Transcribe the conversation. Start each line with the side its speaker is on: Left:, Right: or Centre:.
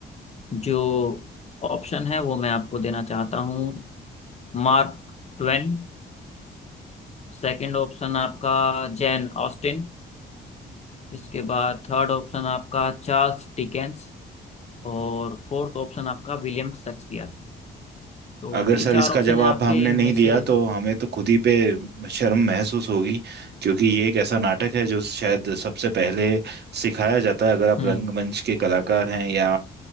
Left: जो ऑप्शन है वो मैं आपको देना चाहता हूँ मार्क ट्वेन सेकंड ऑप्शन आपका जैन ऑस्टिन इसके बाद थर्ड ऑप्शन आपका चार्ल्स डिकेंस और फोर्थ ऑप्शन आपका विलियम शेक्सपियर तो
Right: अगर
Left: ये
Right: सर
Left: चार
Right: इसका
Left: ऑप्शन
Right: जवाब
Left: है आपके
Right: हमने
Left: इनमें
Right: नहीं दिया
Left: से
Right: तो हमें तो खुद ही पे शर्म महसूस होगी क्योंकि ये एक ऐसा नाटक है जो शायद सबसे पहले सिखाया जाता है अगर आप
Left: हम्म
Right: रंगमंच के कलाकार हैं या